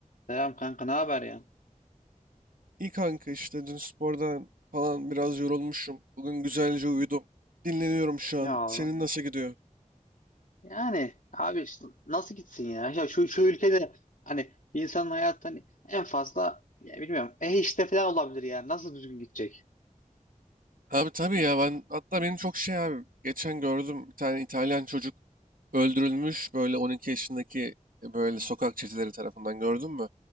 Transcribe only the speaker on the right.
İyi kanka işte dün spordan falan biraz yorulmuşum. Bugün güzelce uyudum. Dinleniyorum şu
an.
Senin nasıl gidiyor?
Abi tabii ya ben hatta benim çok şey abi geçen gördüm bir tane İtalyan çocuk öldürülmüş böyle 12 yaşındaki e, böyle sokak çeteleri tarafından gördün mü?